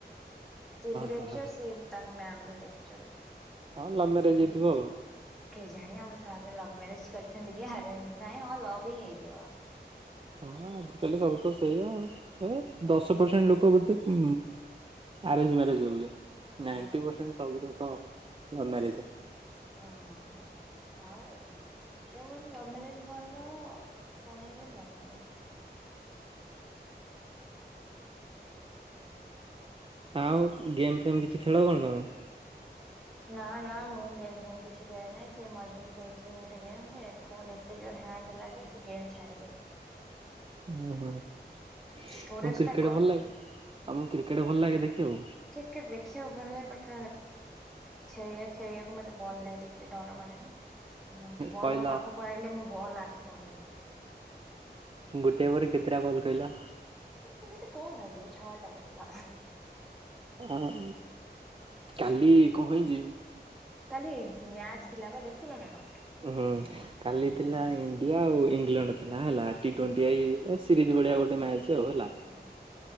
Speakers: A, in the centre; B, on the right.
A: ସିଏ ବି ଲେକ୍ଚର
B: ହଁ
A: ସିଏମ ତାଙ୍କ ମ୍ୟାମ ବି ଲେକ୍ଚର।
B: ହଁ ଲଭ ମେରେଜ ହେଇଥିବ।
A: କେ ଜାଣି ଆମ ସାର୍ ଲଭ ମ୍ୟାରେଜ କରିଚନ୍ତି କି ଆରେଞ୍ଜ ନାଇଁ ହଁ ଲଭ ହିଁ ହେଇଥିବ ବା
B: ହଁ ଆଜିକାଲି ସବୁ ତ ସେଇଆ ହେ ଦଶ ପରସେଣ୍ଟ ଲୋକ ବୋଧେ ଉ ଆରେଞ୍ଜ ମ୍ୟାରେଜ ହଉଚନ୍ତି
A: ହଁ
B: ନାଇଣ୍ଟି ପ୍ରସେଣ୍ଟ ସବୁ ଯାକ ଲଭ୍ ମ୍ୟାରେଜ।
A: ଓ ଆଉ ଦେଖିବାକୁ ଗଲେ ଲଭ ମ୍ୟାରେଜ ଭଲ। ସୁଣେଇବେ ଭଲ ନୁହଁ।
B: ଆଉ ଗେମ୍ ଫେମ କିଛି ଖେଳ ନା ତମେ?
A: ନା ନା ମୁଁ ଗେମ୍ ଫେମ୍ କିଛି ଖେଳେ ନାହିଁ ସେ ମଝିରେ ଖେଳୁଥିଲି ଗୋଟେ ଗେମ୍ ଯେ ଫୋନ ଏତେ ଜୋର ହାଙ୍ଗ ହେଲା ଯେ ସେ ଗେମ୍ ଛାଡ଼ିଦେଲି।
B: ହୁଁ ହୁଁ ତମକୁ
A: ଷ୍ଟୋରେଜ
B: କ୍ରିକେଟ
A: ଟା କ
B: ଭଲ ଲାଗେ? ତମକୁ କ୍ରିକେଟ ଭଲ ଲାଗେ ଦେଖିବାକୁ
A: କ୍ରିକେଟ ଦେଖିବାକୁ ଭଲ ଲାଗେ ବଟ ଖେଳିବା ଖେଳିବାକୁ ମତେ ବଲ ଲାଗ ଦେଖିଲେ ଡର ମାଡେ ନା। ମୁଁ ବଲ୍
B: କହିଲ
A: ମୋ ପାଖକୁ ଆଇିଲେ ମୁଁ ବଲ୍ ଆଖି ବନ୍ଦ କରିଦେବି।
B: ଗୋଟେ ପରେ କେତେଟା ବଲ୍ କହିଲ?
A: ମତେ ଏମିତି କଣ ଭାବିଚ ଛଅ ଟା ବଲ୍।
B: ହ ଅ କାଲି କଣ ହେଇଚି
A: କାଲି ମ୍ୟାଚ ଥିଲା ବା ଦେଖୁଥିଲ ନା କଣ?
B: ହୁଁ କାଲି ଥିଲା ଇଣ୍ଡିଆ ଆଉ ଇଂଲଣ୍ଡ ଥିଲା ହେଲା ଟି
A: ହଁ
B: ଟ୍ୱଣ୍ଟି ଆଇ ଏସ ସିରିଜ ଭଳିିଆ ଗୋଟେ ମ୍ୟାଚ ଆଉ ହେଲା।
A: ଉହୁଁ